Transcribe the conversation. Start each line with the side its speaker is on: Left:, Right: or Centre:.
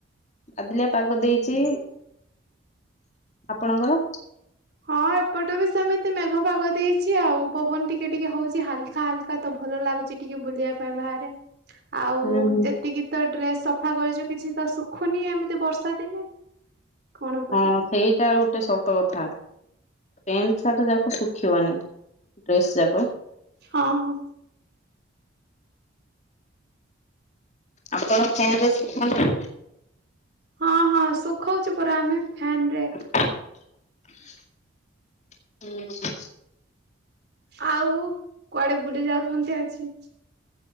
Left: ବାଦଲିଆ ପାଗ ଦେଇଛି। ଆପଣଙ୍କର?
Right: ହଁ ଏପଟେ ବି ସେମିତି ମେଘ ପାଗ ଦେଇଛି ଆଉ। ପବନ ଟିକେ ଟିକେ ହଉଛି ହାଲକା ହାଲକା। ତ ଭଲ ଲାଗୁଛି ଟିକେ ବୁଲିବା ପାଇଁ ବାହାରେ। ଆଉ
Left: ହୁଁ ହୁଁ।
Right: ଯେତିକି ତ ଡ୍ରେସ ସଫା କରିଛୁ କିଛି ତ ଶୁଖୁନି ଏମିତି ବର୍ଷା ଦିନେ। କଣ କରିବା
Left: ହଁ ସେଇଟା ଗୋଟେ ସତ କଥା। ପେଣ୍ଟ, ସାର୍ଟ ଯାକ ଶୁଖିବନି ଡ୍ରେସ୍ ଯାକ।
Right: ହଁ।
Left: ଆପଣ ଫ୍ୟାନ୍ ରେ ଶିଖାନ୍ତୁ।
Right: ହଁ ହଁ, ଶୁଖୋଉଚୁ ପରା ଆମେ ଫ୍ୟାନ ରେ।
Left: ହୁଁ।
Right: ଆଉ କୁଆଡେ ବୁଲି ଯାଉଚନ୍ତି ଆଜି?